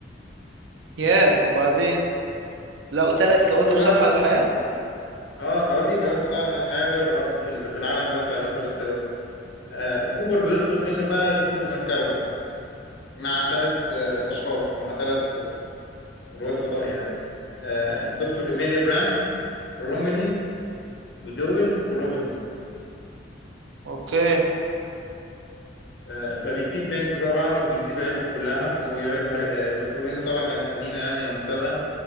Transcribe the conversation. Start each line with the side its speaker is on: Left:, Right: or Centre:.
Right: ياه وبعدين لقوا ثلاث كواكب
Left: كوبر
Right: صالحة
Left: بقى بيطلب
Right: للحياة
Left: آه كواكب كواكب صالحة للحياة غير الأرض في ال- في العالم ده بتاع الانترستيلر آه، كوبر بيطلب منه بقى يقود المركبة مع ثلاث آه، أشخاص أو مع ثلاث رواد فضاء يعني آه، دكتور إيميليا براند روميلي ودول وروبرتون
Right: اوكي
Left: آه، فبيسيب بنته طبعا وبيسيب عيلته كلها وبيوعدها ر- آه، بس بنته طبعا كانت حزينة يعني لما سابها